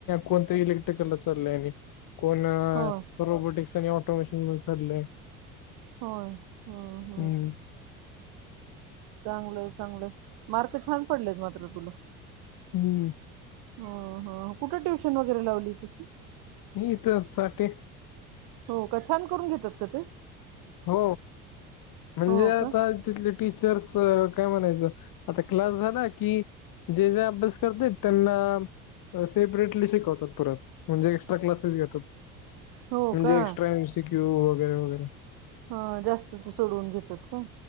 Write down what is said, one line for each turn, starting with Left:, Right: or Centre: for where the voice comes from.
Left: कोणत इलेक्ट्रिकलला चालय आणि. कोण
Right: हो
Left: रोबोटिक्स आणि ऑटोमेशन चाललय
Right: होय होय
Left: हम्म
Right: चांगलय चांगलय मार्क छान पडलेत मात्र तुला
Left: हम्म
Right: हो हो कुठं ट्युशन वगैरे लावली तुस
Left: ही इथं चाटे
Right: हो का छान करून घेतात का ते
Left: हो म्हणजे
Right: हो
Left: आता
Right: का
Left: तिथले टीचर्स काय म्हणायच आता क्लास झाला कि जे जे अभ्यास करतेत त्यांना सेपरेटली शिकवतात परत म्हणजे एक्स्ट्रा क्लासेस घेतात
Right: हो
Left: म्हणजे
Right: का
Left: एक्स्ट्रा एमसी क्यू वगैरे वगैरे
Right: हं जास्तच सोडवुन घेतात का